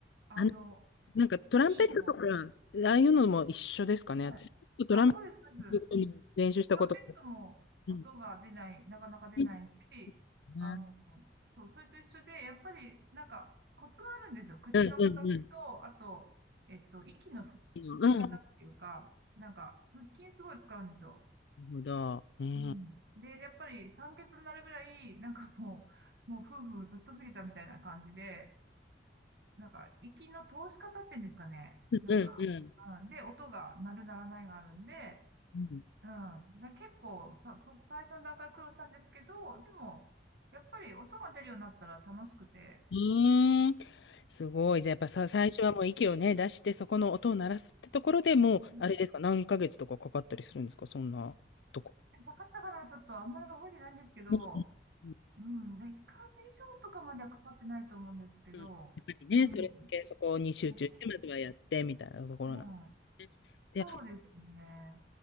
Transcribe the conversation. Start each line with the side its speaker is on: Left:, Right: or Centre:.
Right: あの、
Left: あ、あの、なんかトランペットとか、
Right: いいの。
Left: ああいうのも一緒ですかね。
Right: はい。
Left: 私、ちょっとトランペ
Right: あ、そうです、そうです。ラ
Left: ットの練習したこと。
Right: ンペットも音が出ない、
Left: うん。
Right: なかなか出ないし、
Left: いいですね
Right: あの、そう、それと一緒で、やっぱり、なんか、コツがあるんですよ。口の形と、
Left: うんうんうん。
Right: あと、えっと、息の吹き、
Left: うん。
Right: 吹き方っていうか、
Left: なる
Right: なんか、腹筋すごい使うんですよ。
Left: ほど。うん。
Right: うん。
Left: うん
Right: で、やっぱり酸欠になるぐらい、なんかもう、もう夫婦ずっと吹いたみたいな感じで、なんか、息の通し方っていうんですかね。
Left: うんう
Right: なんか、うん、で、音が鳴る鳴らないがあるんで、
Left: ん。
Right: うん。で、結構さ、そ、最初の段階苦労したんですけど、でも、やっぱり音が出るようになったら楽しくて、
Left: うーん。すごい。じゃあ、やっぱさ、最初はもう息をね、出して、そこの音を鳴らすってところでもう、
Right: うん
Left: あれですか、何ヶ月とかかかったりするんですか、そんなとこ。
Right: かかったからちょっとあんまり覚えてないんですけど、
Left: うんうん
Right: うん、1ヶ月以上とかまではかかってないと思うんですけど、
Left: うん、やっぱりね、
Right: うん、
Left: それだけそこに集中して、
Right: なんか
Left: まずはやってみたいなところなん
Right: うん、そうですね。
Left: で、